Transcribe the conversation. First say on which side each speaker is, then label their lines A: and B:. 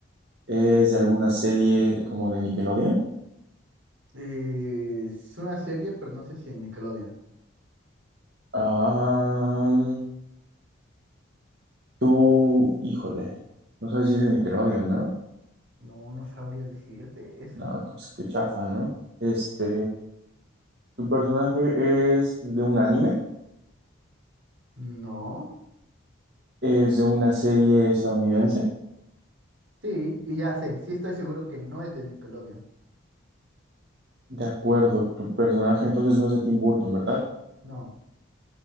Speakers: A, on the right (about 55°); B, on the right (about 70°).
A: ¿Es de alguna serie como de Nickelodeon?
B: Eh, es una serie, pero no sé si en Nickelodeon.
A: Ah. Tú, híjole, no sabes si es de Nickelodeon, ¿no?
B: No, no sabría decirte eso.
A: No, que- pues qué chafa, ¿no? Este, tu personaje es de un anime,
B: No,
A: es de una serie estadounidense.
B: sí, y ya sé, sí estoy seguro que no es de Nickelodeon.
A: De acuerdo, tu personaje entonces no es de Tim Burton, ¿verdad?
B: No,